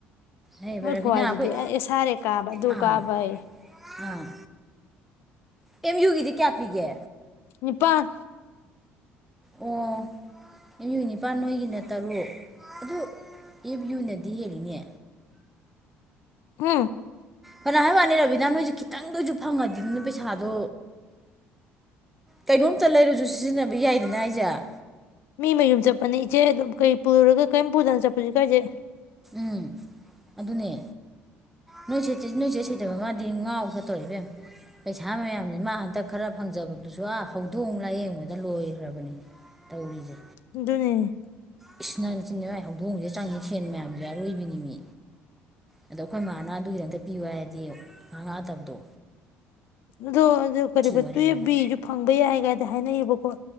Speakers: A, in the centre; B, on the left.
A: ꯍꯩꯕ
B: ꯃꯣꯏ
A: ꯔꯕꯤꯅꯥ
B: ꯈꯨꯍꯥꯏꯗꯨꯗꯤ
A: ꯑꯩꯈꯣꯏ
B: ꯑꯩ ꯑꯁꯥꯔꯦ ꯀꯥꯕ ꯑꯗꯨ
A: ꯑꯥ
B: ꯀꯥꯕ ꯑꯩ꯫
A: ꯑꯥ ꯑꯦꯝ ꯌꯨꯒꯤꯗꯤ ꯀꯌꯥꯄꯤꯒꯦ?
B: ꯅꯤꯄꯥꯟ
A: ꯑꯣ꯫ ꯑꯦꯝ ꯌꯨ ꯅꯤꯄꯥꯥꯟ ꯅꯣꯏꯒꯤꯅ ꯇꯔꯨꯛ ꯑꯗꯨ ꯑꯦꯝ ꯌꯨꯅꯗꯤ ꯌꯦꯜꯂꯤꯅꯦ꯫
B: <unintelligible>
A: ꯐꯅ ꯍꯥꯏ ꯋꯥꯅꯤ ꯔꯕꯤꯅꯥ ꯅꯣꯏꯁꯦ ꯈꯤꯇꯪꯗꯁꯨ ꯐꯪꯉꯗꯤꯗꯅ ꯄꯩꯁꯥꯗꯣ ꯀꯩꯅꯣꯝꯇ ꯂꯩꯔꯁꯨ ꯁꯤꯖꯤꯟꯅꯕ ꯌꯥꯏꯗꯅ ꯍꯥꯏꯖꯑꯦ꯫
B: ꯃꯤ ꯃꯌꯨꯝ ꯆꯠꯄꯅꯤ ꯏꯆꯦ ꯑꯗꯨꯝ ꯀꯩ ꯄꯨꯔꯒ ꯀꯔꯤꯝ ꯄꯨꯗꯅ ꯆꯠꯄꯁꯦ ꯀꯥꯏꯖꯩ꯫
A: ꯎꯝ ꯑꯗꯨꯅꯦ ꯅꯣꯏ ꯁꯦ ꯅꯣꯏ ꯁꯦꯠ ꯁꯤꯗꯕ ꯃꯥꯗꯤ ꯉꯥꯎꯒ ꯇꯧꯔ ꯏꯕꯦꯝ ꯄꯩꯁꯥ ꯃꯌꯥꯝꯁꯦ ꯃꯥ ꯍꯟꯗꯛ ꯈꯔ ꯐꯪꯖꯕꯗꯨꯁꯨ ꯑꯥ ꯍꯧꯗꯣꯡ ꯂꯥꯏꯌꯦꯡꯕꯗ ꯂꯣꯏꯈ꯭ꯔꯕꯅꯤ ꯇꯧꯔꯤꯁꯦ꯫
B: ꯗꯨꯅꯦ ꯫
A: <unintelligible> ꯃꯥꯏꯍꯥꯗꯣꯡꯁꯦ ꯆꯥꯡꯉꯤ ꯁꯦꯟꯅ ꯃꯌꯥꯝ ꯑꯗꯨ ꯑꯔꯣꯏꯕꯤꯅꯤ ꯃꯤ ꯑꯗꯣ ꯑꯩꯈꯣꯏ ꯃꯥꯅ ꯑꯗꯨꯒꯤꯗꯪꯛꯇ ꯄꯤꯌꯨ ꯍꯥꯏꯔꯗꯤ ꯉꯍ ꯉꯥꯛꯑꯗꯕꯗꯣ
B: ꯑꯗꯣ ꯑꯗꯨ ꯀ
A: ꯋꯥꯔꯦꯝꯑꯅ
B: ꯇꯨꯌꯦꯐ ꯕꯤꯁꯨ ꯐꯪꯕ ꯌꯥꯏ ꯀꯥꯏꯗ ꯍꯥꯏꯅꯩꯌꯦꯕꯀꯣ꯫